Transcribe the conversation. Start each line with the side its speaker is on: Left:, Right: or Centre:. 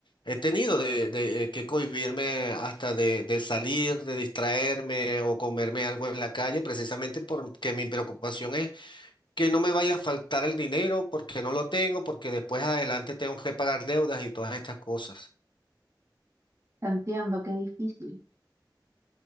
Left: He tenido de, de, eh, que cohibirme hasta de, de salir, de distraerme o comerme algo en la calle, precisamente porque mi preocupación es que no me vaya a faltar el dinero, porque no lo tengo, porque después adelante tengo que pagar deudas y todas estas cosas.
Right: Entiendo que es difícil.